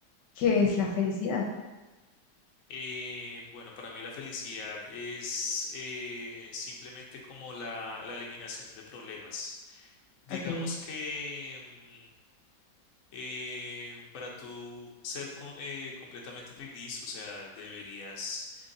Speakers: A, on the left (about 75°); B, on the left (about 55°).
A: ¿qué es la felicidad?
B: Eh, bueno, para mí la felicidad es eh, simplemente como la, la eliminación de problemas. Digamos
A: Ok,
B: que... eh, para tú ser co- eh, completamente feliz, o sea, deberías